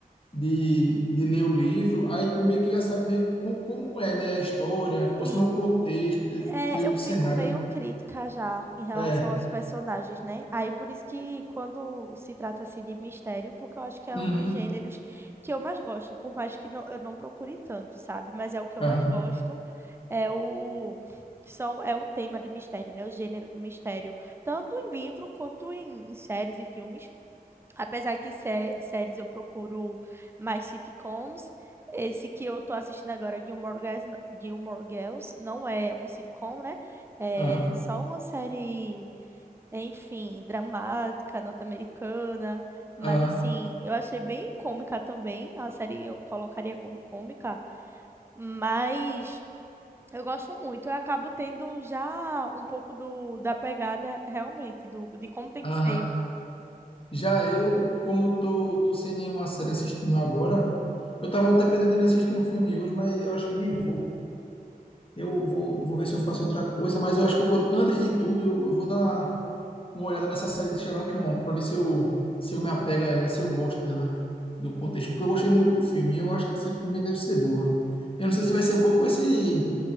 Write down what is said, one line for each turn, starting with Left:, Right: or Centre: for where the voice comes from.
Left: de, de ler o livro, aí tu meio que já sabe meio co- como é, né? A história, ou
Right: E
Left: se não o contexto, entendeu?
Right: É, eu
Left: O
Right: fico
Left: cenário.
Right: meio crítica já em relação
Left: É.
Right: aos personagens, né? Aí por isso que quando se trata assim de mistério, porque eu acho que é
Left: Uhum.
Right: um dos gêneros que eu mais gosto, por mais que não- eu não procure tanto, sabe? Mas é o que eu
Left: aham.
Right: mais gosto, é o são é o tema de mistério, né? O gênero de mistério, tanto em livro quanto em, em séries e filmes. Apesar que sé- séries eu procuro mais sitcoms, esse que eu tô assistindo agora, Gilmore Girls, Gilmore Girls, não é um sitcom, né? É
Left: Aham,
Right: só uma série, enfim, dramática, norte-americana, mas
Left: aham,
Right: assim, eu achei bem cômica também, a série eu colocaria como cômica, mas eu gosto muito, eu acabo tendo já um pouco do, da pegada realmente, do, de como tem
Left: aham.
Right: que ser.
Left: Já eu, como tô, tô sem nenhuma série assistindo agora, eu tava até pretendendo assistir um filme hoje, mas eu acho que nem vou. Eu vou, vou ver se eu faço outra coisa, mas eu acho que eu vou, antes de tudo, eu, eu vou dar uma olhada nessa série de Sherlock Holmes, para ver se eu, se eu me apego a ela, se eu gosto dela, do contexto, porque eu gostei muito do filme, e eu acho que a série também deve ser boa. Eu não sei se vai ser boa com esse,